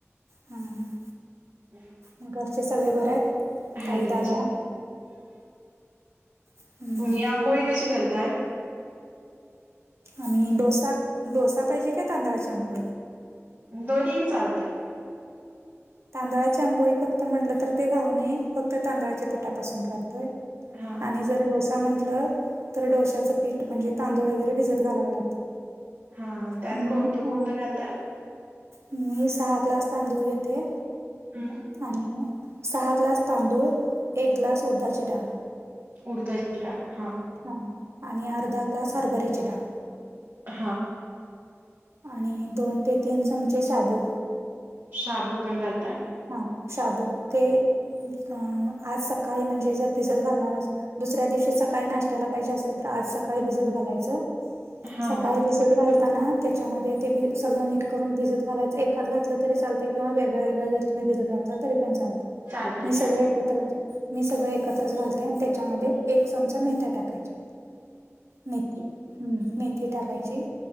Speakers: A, on the right; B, on the right.
A: हम्म हम.
B: हम्म.
A: घरचे सगळे बरे आहेत.
B: ह
A: ताई
B: त्याच
A: दादा हम्म.
B: तुम्ही <inaudible> आंबोळी कशी करताय
A: आम्ही डोसा डोसा पाहिजे काय तांदळाची आंबोळी.
B: दोनही चालतय.
A: तांदळाची आंबोळी फक्त म्हटलं तर ते घाऊने फक्त तांदळाच्या पीठापासून करतोय.
B: हा
A: आणि ज जर डोसा म्हंटलं तर डोश्याचं पीठ म्हणजे तांदूळ वगैरे भिजत घालावे लागतात.
B: हा हा त्यात
A: म
B: कोणतं
A: ह
B: कोणतं घालता
A: मी सहा ग्लास तांदूळ घेते.
B: ते <inaudible>
A: आणि सहा ग्लास तांदूळ एक ग्लास उर्दची डाळ.
B: उडता डाळ हा.
A: हां आणि अर्धा ग्लास हरभऱ्याची डाळ.
B: हां.
A: आणि दोन ते तीन चमचे शाबू.
B: शाबू पण घालता?
A: हा शाबू ते आज सकाळी म्हणजे जर भिजत घालणार अस दुसऱ्या दिवशी सकाळी नाश्त्याला पाहिजे असल तर आज सकाळी भिजत घालायचं.
B: हा
A: सकाळी
B: हा
A: भिजत घालताना त्याच्यामध्ये ते भी सगळं नीट करून भिजत घालायचं एककाात घातलं तरीचालतं किं वेळ वेगळ्या जर तुम्ही भिजत घातला तरी पण चालत
B: चालतय
A: मी सगळ
B: काय
A: एकत्र मी सगळं एकत्रच घालते आणि त्याच्यामध्ये एक चमचा मेथ्या टाकायचे. मेथी हम्म मेथी टाकायची.